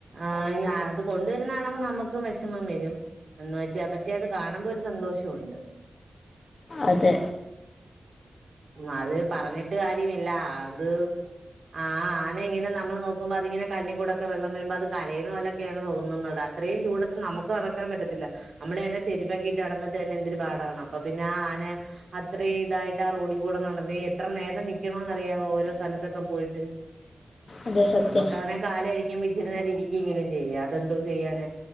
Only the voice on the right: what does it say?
ആയിന് അതും കൊണ്ടുവരുന്നാണുമ്പം നമുക്കും വെഷമം വെരും എന്ന് വെച്ചാ പക്ഷെ അത് കാണുമ്പോ ഒരു സന്തോഷവുണ്ട്
ഉം അത് പറഞ്ഞിട്ട് കാര്യമില്ല അത് ആ ആന ഇങ്ങനെ നമ്മള് നോക്കുമ്പം അതിങ്ങനെ കണ്ണി കൂടൊക്കെ വെള്ളം വരുമ്പം അത് കരയുന്ന പോലൊക്കെയാണ് തോ ന്നുന്നത് അത്രയും ചൂടത്ത് നമുക്ക് നട <unintelligible> പറ്റത്തില്ല നമ്മള് തന്നെ ചെരുപ്പക്കിട്ട് നടന്നിട്ട് തന്നെ എന്തൊരു പാടാണ് അപ്പം പിന്നെ ആ ആന അത്രം ഇതായിട്ട് ആ റോഡ് കൂടെ നടന്നേ എത്ര നേരം നിക്കണോന്ന് അറിയാവോ ഓരോ സ്ഥലത്തൊക്കെ പോയിട്ട്
നമ്മുക്കാണെ കാല് കഴക്കുമ്പം ഇ ഇച്ചിരി നേരം ഇരിക്കേങ്കിലും ചെയ്യ അതെന്തോ ചെയ്യാന